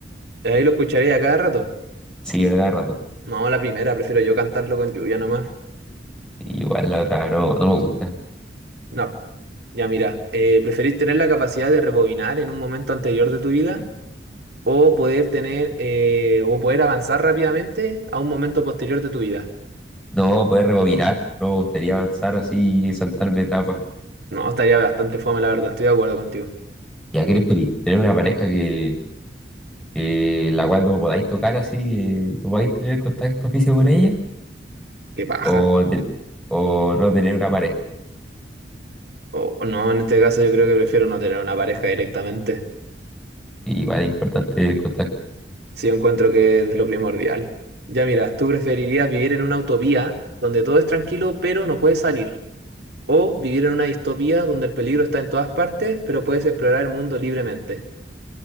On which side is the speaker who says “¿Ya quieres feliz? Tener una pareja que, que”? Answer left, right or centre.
Centre